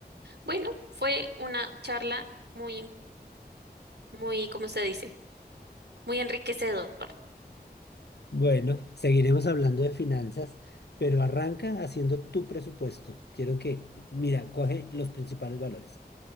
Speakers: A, on the right (about 80°); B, on the left (about 80°).
A: Bueno, fue una charla muy, muy, ¿cómo se dice? Muy enriquecedora.
B: Bueno, seguiremos hablando de finanzas, pero arranca haciendo tu presupuesto. Quiero que, mira, coge los principales valores,